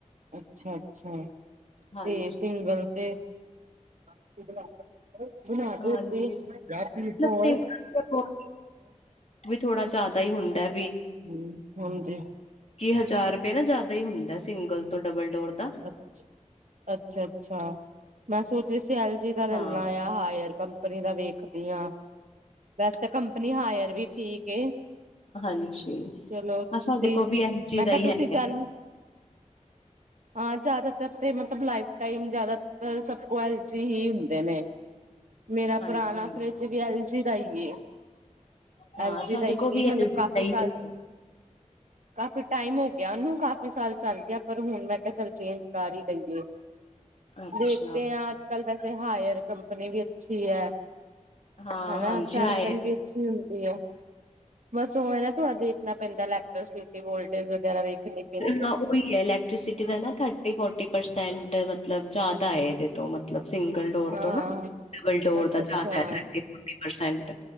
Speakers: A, on the right; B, on the left.
A: ਅੱਛਾ-ਅੱਛਾ,
B: ਹਾਂਜੀ।
A: ਤੇ ਸਿੰਗਲ ਤੇ <unintelligible> ਹੋਰ-ਹੋਰ,
B: ਹਾਂਜੀ-ਹਾਂਜੀ ਮਤਲਬ ਸਿੰਗਲ ਵੀ ਥੋੜਾ ਜ਼ਿਆਦਾ ਹੀ ਹੁੰਦਾ
A: ਰੂੰ। ਹਾਂਜੀ।
B: ਤੀਹ ਹਜ਼ਾਰ ਰੁਪਏ ਨਾ ਜ਼ਿਆਦਾ ਹੀ ਹੁੰਦਾ ਸਿੰਗਲ ਤੋਂ ਡਬਲ ਡੋਰ ਦਾ।
A: ਅੱਛਾ-ਅੱਛਾ, ਮੈਂ ਸੋਚ ਰਹੀ ਸੀ ਐਲ ਜੀ ਦਾ ਲੈਲਾ
B: ਹਾਂ-ਹਾਂ-ਹਾਂ
A: ਆ ਜਾਂ ਹਾਇਰ ਕੰਪਨੀ ਦਾ ਵੇਖਦੀ ਹਾਂ। ਵੈਸ ਤਾਂ ਕੰਪਨੀ ਹਾਇਰ ਵੀ ਠੀਕ ਏ,
B: ਹਾਂਜੀ।
A: ਚਲੋ ਤੁਸੀਂ
B: ਹਾਂ ਸਾਡੇ ਕੋਲ ਵੀ ਐਲ ਜੀ
A: ਮੈਂ
B: ਦਾ
A: ਕਿਹਾ
B: ਹੀ
A: ਤੁਸੀਂ
B: ਹੈਗਾ।
A: ਚੱਲ ਹਾਂ ਜ਼ਿਆਦਾਤਰ ਤੇ ਮਤਲੱਬ ਲਾਈਫ ਟਾਈਮ ਜਿਆਦਾਤਰ ਸਭ ਤੋਂ ਕੋਲ ਐਲ ਜੀ ਹੀ ਹੁੰਦੇ ਨੇ। ਮੇਰਾ
B: ਹਾਂਜੀ
A: ਪੁਰਾਣਾ
B: ਹਾਂਜੀ।
A: ਫਰਿਜ ਵੀ ਐਲ ਜੀ ਦਾ ਹੀ ਐ।
B: ਹਾਂ
A: ਅਲ ਜੀ
B: ਸਾਡੇ
A: ਦਾ ਹੀ
B: ਕੋਲ
A: ਸੀ
B: ਵੀ
A: ਮਤਲਬ
B: ਐਲ ਜੀ
A: ਕਾਫੀ
B: ਦਾ ਹੀ
A: ਸਾਲ
B: ਹੈਗਾ।
A: ਕਾਫੀ ਟਾਈਮ ਹੋ ਗਿਆ ਉਹਨੂੰ, ਕਾਫੀ ਸਾਲ ਚੱਲ ਗਿਆ ਪਰ ਹੁਣ ਮੈਂ ਚਲ ਚੇਂਜ ਕਰ ਹੀ ਲਈ ਏ,
B: ਅੱਛਾ।
A: ਦੇਖਦੇ ਆ ਅੱਜ ਚੱਲ ਵੈਸੇ ਹਾਇਰ ਕੰਪਨੀ ਵੀ ਅੱਛੀ ਐ
B: ਹਾਂ
A: ਹਨਾ
B: ਹਾਂਜੀ
A: ਸੈਮਸੰਗ
B: ਹਾਂ
A: ਵੀ ਚ ਹੁੰਦੀ ਐ, ਬਸ ਉਹ ਏ ਨਾ ਥੋੜਾ ਦੇਖਣਾ ਪੈਂਦਾ ਲੈਟਰਸਿਟ ਵੋਲਟੇਜ ਵਗੈਰਾ ਵੇਖਣੀ ਪੈਂਦੀ
B: ਹਾਂ
A: ਆ।
B: ਉਹੀ ਇਲੈਕਟ੍ਰੀਸਿਟੀ ਦਾ ਨਾ ਥਰ-ਫੋਰਟੀ ਪਰਸੈਂਟ ਮਤਲਬ ਜ਼ਿਆਦਾ ਐ ਇਹਦੇ ਤੋਂ ਮਤਲਬ ਸਿੰਗਲ ਡੋਰ
A: ਹਾਂ
B: ਤੋਂ ਨਾ, ਡਬਲ ਡੋਰ
A: ਅੱਛਾ
B: ਦਾ
A: ਅੱਛਾ
B: ਜ਼ਿਆਦਾ ਥਰਟੀ- ਫੋਰਟੀ ਪਰਸੈਂਟ